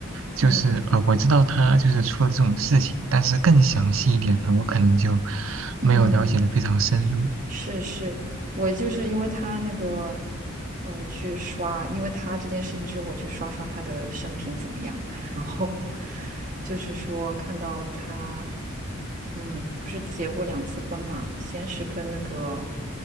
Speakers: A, on the right; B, on the right.
A: 就是呃，
B: 嗯
A: 我知道他就是出了这种事情，但是更详细一点的，我可能就
B: 嗯。
A: 没有了解的非常深入。
B: 是是，我就是因为他那个，呃，我去刷，因为他这件事情之后，我去刷刷他的生平怎么样，<laughs> 然后就是说看到他，嗯，不是结过两次婚嘛，先是跟那个，